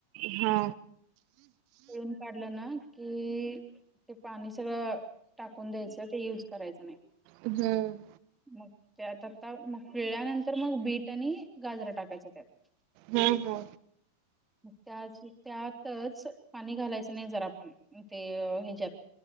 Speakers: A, on the right; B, in the centre.
A: हा
B: पिळून काढलं ना की ते पाणी सगळ टाकून द्यायचं ते युज करायचं नाही.
A: हम्म
B: मग त्यात आता मग पिळल्यानंतर मग बीट आणि गाजरं टाकायचं त्यात
A: हम् हम्
B: त्या त्यातच पाणी घालायचं नाही जरा आपण ते हच्यात